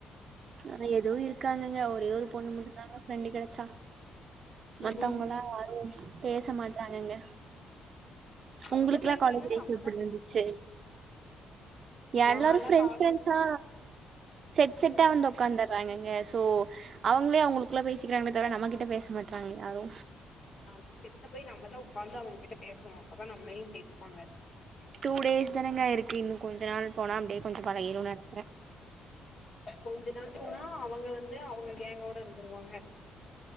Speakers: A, on the right; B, on the left.
A: நெறய எதுவு இருக்காங்கங்க ஒரே ஒரு பொண்ணு மட்டுந்தாங்க ஃப்ரெண்டு கெடச்சா மத்தவங்கல்லா
B: ம்
A: யாரு பேச மாட்டாங்கங்க
B: அவங்க
A: உங்களுக்கெல்லா
B: பேசலன்னா
A: காலேஜ் லைஃப்
B: நம்மதா
A: எப்டி இருந்துச்சு
B: பேசணு
A: எல்லாரு
B: நாலா
A: ஃப்ரெண்ட்ஸ்
B: காலேஜ்
A: ஃப்ரெண்ட்ஸா செட் செட்
B: ம்
A: வந் ஒக்காந்தர்றாங்கங்க சோ அவங்களே அவங்களுக்குள்ள பேசிக்கிறாங்களே தவுர நம்ம கிட்ட பேச மாட்றாங்க யாரு
B: அவங் கிட்ட போயி நம்ம தா உக்காந்து அவங்க கிட்ட பேஸ்ணு அப்தா நம்ளையு சேத்துப்பாங்க
A: டூ டேஸ் தானங்க ஆய்ருக்கு இன்னு கொஞ்ச நாள் போனா அப்டியே கொஞ்சோ பழகிரு நெனைக்கிறே
B: கொஞ்ச நாள் போனா அவங்க வந்து அவங்க கேங்கோட இருந்துருவாங்க